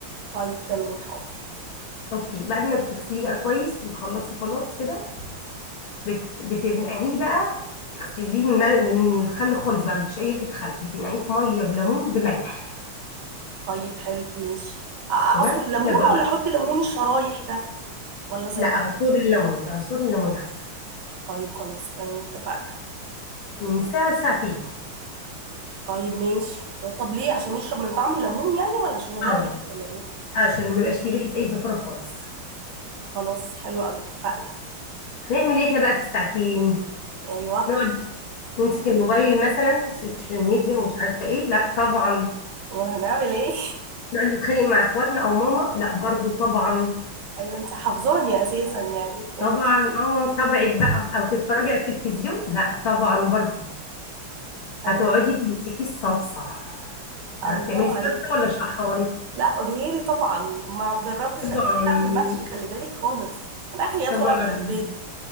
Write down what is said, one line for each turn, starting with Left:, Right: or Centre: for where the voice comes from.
Right: طيب تمام حاضر
Left: اوكي بعد ما بتغسليه بقى كويس وتخلصي خلاص كده بت... بتنقعيه بقى تغسليه من, المل- من الخل خالص بقى مفيش اي ريحه خل بتنقعيه في ميه بليمون بملح
Right: طيب حلو ماشي أ- اعصر
Left: تمام
Right: ليمون
Left: طبق
Right: ولا
Left: بقى
Right: احط ليمون الشرايح ده ولا زي
Left: لا
Right: بعض
Left: عصير الليمون عصير الليمون احسن
Right: طيب خلاص تمام اتفقنا
Left: من ساعه لساعتين
Right: طيب ماشي طب ليه عشان يشرب من طعم الليمون يعني ولا عشان يضيع
Left: اه
Right: ريحته ولا ايه
Left: عشان ما يبقاش فيه ريحه اي زفاره خالص
Right: خلاص حلو قوي اتفقنا
Left: هنعمل ايه احنا بقى في الساعتين
Right: ايوه
Left: نقعد نمسك الموبايل مثلا السوشيال ميديا ومش عارفه ايه لا طبعا
Right: امال هنعمل ايه
Left: نقعد نتخانق مع اخواتنا او ماما لا برضو طبعا
Right: <laughs> ايوه انت حافظاني اساسا يعني ماشي
Left: طبعا اه طبعك بقى او تتفرجي على التلفزيون لا طبعا برضو
Right: ايوه
Left: هتقعدي تمسكي الصلصه تعرفي
Right: الله
Left: تعملي الصلصه
Right: عليك
Left: ولا اشرحها لك
Right: لا قولي لي طبعا ما جربتش قبل
Left: طبعا
Right: كده اعمل محشي خلي بالك خالص انا اخري ادخل
Left: طبعا
Right: اعمل شويه بيض